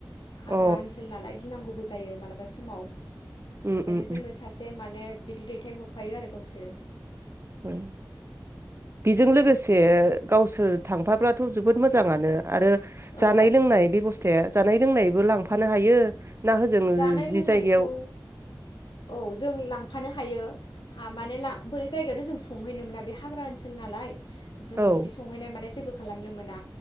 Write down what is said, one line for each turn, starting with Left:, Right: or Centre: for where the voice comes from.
Left: हाग्रा
Right: अ
Left: ओनसोल नालाय गिनांगौबो जा यो मालाबा समाव।
Right: उम
Left: बेखायनो
Right: उम
Left: जोंनो सासे माने बिदि दैथायहरफायो आरो गावसोरो।
Right: उम बेजों लोगोसे गावसोर थांफाब्लाथ' जोबोद मोजाङानो। आरो
Left: औ
Right: जानाय लोंनाय बेबस्थाया जानाय लोंनाय बो लांफानो हायो ना होजों
Left: जानाय
Right: जि
Left: लोंनायखौ
Right: जायगायाव
Left: औ जों लांफानो हायो। हा माने ला बै जायगायाथ' जों संहैनो मोना बे हाग्रा ओनसोल नालाय। जोङो
Right: औ
Left: बिदि संहैनाय माने जेबो खालामनो मोना